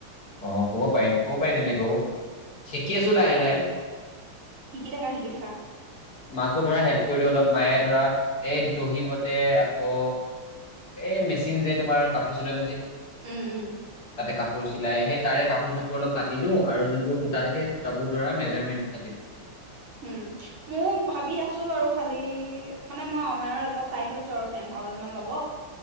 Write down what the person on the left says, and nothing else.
অ ক'ব পাৰিম কব পাৰি তেনেকৈও, শিকি আছো লাহে লাহে
মাকো ধৰা হেল্প কৰি দিওঁ অলপ মায়ে ধৰা এই দহিবতে আকৌ এ মেচিন যে তোমাৰ কাপোৰ চিলোৱা মেচিন।
তাতে কাপোৰ চিলাই আহে তাৰে কাপোৰ চাপোৰ অলপ কাটি দিওঁ আৰু যোনবোৰ সূতা থাকে সূতাবোৰ ধৰা মেজাৰমেণ্টত কাটি দিওঁ